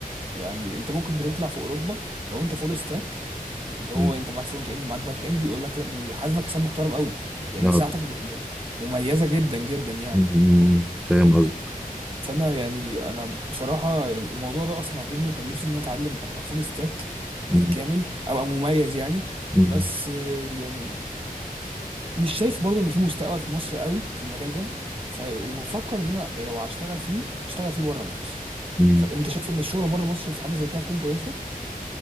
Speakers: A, on the right; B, in the centre.
A: يعني انت ممكن بتطلع في اوروبا لو انت فول ستاك اللي
B: مم.
A: هو انت معاك فرونت اند ومعاك باك اند بيقول لك لا بيحاسبك حساب محترم قوي يعني
B: آه.
A: ساعتك بتبقى م- مميزه جدا جدا يعني
B: مم. فاهم قصدك
A: فانا يعني انا بصراحه يعني الموضوع ده اصلا عاجبني وكان نفسي ان انا اتعلم ابقى فول ستاك بالكامل
B: مم.
A: ابقى مميز يعني
B: مم.
A: بس آه، يعني مش شايف برضو ان في مستقبل في مصر قوي في المجال ده ف... وبفكر ان انا لو هشتغل فيه اشتغل فيه بره مصر
B: مم.
A: فانت شايف ان الشغل بره مصر في حاجه زي كده هتكون كويسه